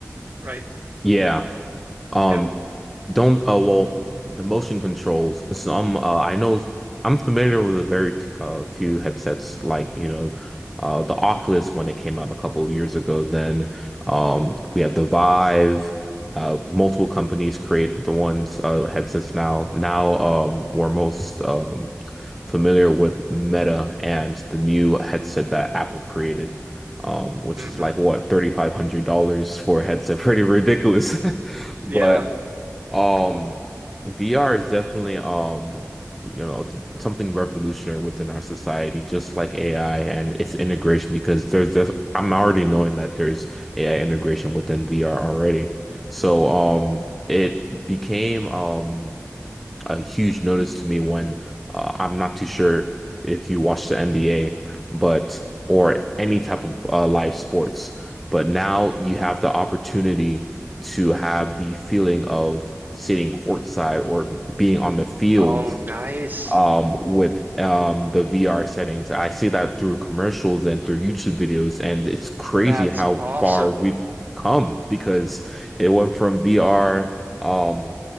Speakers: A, on the right; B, in the centre.
A: right?
B: Yeah. Um
A: Yeah.
B: Don't, uh, well, the motion controls. Some, uh, I know I'm familiar with a very uh, few headsets like, you know, uh, the Oculus when it came out a couple of years ago. Then um, we had the Vive. Uh, multiple companies create the ones uh, headsets now. Now um, we're most um, familiar with Meta and the new headset that Apple created, um, which
A: hmm
B: is like what $3,500 for a headset. Pretty ridiculous. <laughs>
A: <laughs>
B: But
A: Yeah.
B: um, VR is definitely um, you know, th- something revolutionary within our society, just like AI and its integration, because there's this, I'm already knowing that there's AI integration within VR already. So um it became um a huge notice to me when uh, I'm not too sure if you watch the NBA, but or any type of uh, live sports. But now you have the opportunity to have the feeling of sitting courtside or being on the field
A: Oh, nice.
B: um, with um, the VR settings. I see that through commercials and through YouTube videos, and it's crazy
A: That's
B: how
A: awesome.
B: far we've come because it went from VR um,